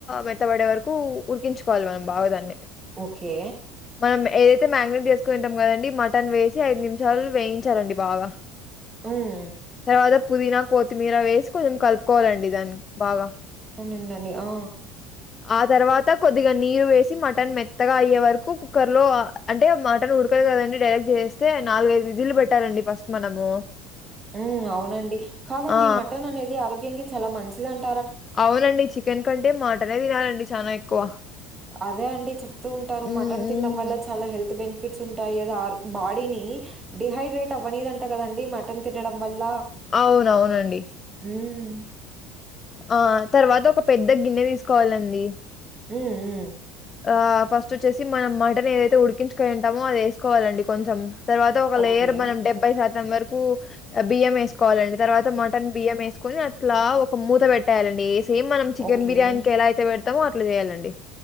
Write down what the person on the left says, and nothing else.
మెత్తబడే వరకు ఉరికించుకోవాలి మనం బాగా దాన్ని
మనం మే ఏదైతే మ్యాగ్నెట్ చేసుకొనింటాం కదండి మటన్ వేసి ఐదు నిమిషాలు వేయించాలండి బాగా
తర్వాత పుదీనా కొత్తిమీర వేసి కొంచెం కలుపుకోవాలండి దానికి బాగా
ఆ తర్వాత కొద్దిగా నీరు వేసి మటన్ మెత్తగా అయ్యే వరకు కుక్కర్ లో ఆ అంటే మటను ఉడకదు కదండి డైరెక్ట్ చేస్తే నాలుగైదు విజిల్లు పెట్టాలండి ఫస్ట్ మనము
ఆ
అవునండి చికెన్ కంటే మటనే తినాలండి చాలా ఎక్కువ
హ్మ్
హ్మ్
అవునవునండి
ఆ తర్వాత ఒక పెద్ద గిన్నె తీసుకోవాలండి
ఆ ఫస్ట్ వచ్చేసి మనం మటన్ ఏదైతే ఉడికించుకోనింటామో అది వేసుకోవాలండి కొంచెం తర్వాత ఒక
లేయర్ మనం డెబ్బై శాతం వరకు బియ్యం వేస్ వేసుకోవాలండి తర్వాత మటన్ బియ్యం వేసుకొని అట్లా ఒక మూత పెట్టే ఏస్ సేమ్ మనం చికెన్
బిర్యానీకి ఎలా అయితే పెడతామో అట్లా వేయాలండి